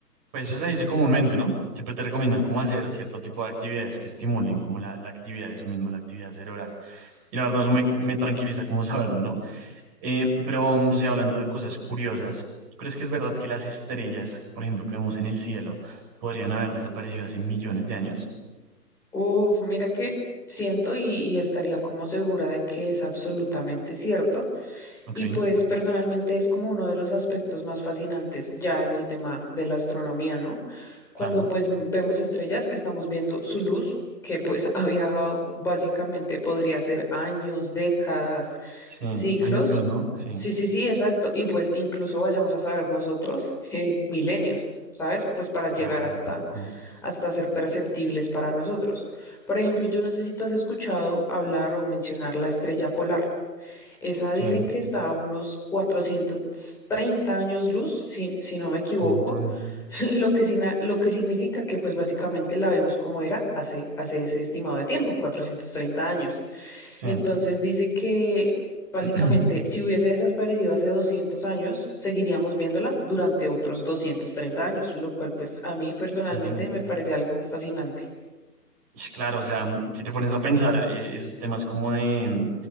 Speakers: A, on the right; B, in the centre.
A: Pues eso se dice comúnmente, ¿no? Siempre te recomiendan cómo hacer cierto tipo de actividades que estimulen como la, la actividad, eso mismo, la actividad cerebral. Y la verdad, eso me, me tranquiliza como <laughs> saberlo, ¿no? Eh, pero, no sé, hablando de cosas curiosas, ¿tú crees que es verdad que las estrellas, por ejemplo, que vemos en el cielo, podrían haber desaparecido hace millones de años?
B: Uf, mira que siento y, y estaría como segura de que es absolutamente cierto
A: Ok,
B: Y pues personalmente es como uno de los aspectos más fascinantes ya en el tema de la astronomía, ¿no? Cuando
A: claro.
B: pues m- vemos estrellas, estamos viendo su luz, que pues <laughs> ha viajado básicamente, podría ser años, décadas,
A: Sí,
B: siglos.
A: años luz, ¿no? Sí,
B: Sí, sí, sí, exacto. Y pues incluso vayamos a saber nosotros, <laughs> eh, milenios, ¿sabes? Pues para llegar
A: claro,
B: hasta,
A: qué loco.
B: hasta ser perceptibles para nosotros. Por ejemplo, yo no sé si tú has escuchado hablar o mencionar la estrella polar. Esa
A: Sí,
B: dicen
A: un
B: que está a unos cuatrocientos treinta años luz, si, si no me equivoco,
A: montón.
B: <laughs> lo que, sina- lo que significa que pues básicamente la vemos como era hace, hace ese estimado de tiempo, 430 años.
A: Sí,
B: Entonces dice que básicamente
A: <clears throat>
B: si hubiese desaparecido hace 200 años, seguiríamos viéndola durante otros 230 años, lo cual pues a mí personalmente
A: sí.
B: me parece algo fascinante.
A: Ish, Claro, o sea, mm, si te pones a pensar eh, esos temas como de mm,